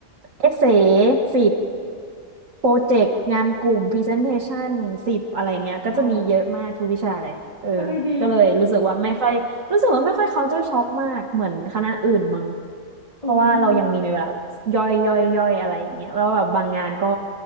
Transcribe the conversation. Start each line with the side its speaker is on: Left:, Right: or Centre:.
Right: เอเซ่สิบ โปรเจกต์งานกลุ่ม Presentation สิบอะไรเงี้ยก็จะมีเยอะมากทุกวิชาเลยเออ
Left: อ๋อเอ้ยดี
Right: ก็เลยรู้สึกว่าไม่ค่อยรู้สึกว่าไม่ค่อย culture shock มากเหมือนคณะอื่นมั้ง
Left: เอ้ยนี่
Right: เพราะว่าเรายังมีแบบย่อยย่อยย่อยอะไรอย่างเงี้ยแล้วแบบบางงานก็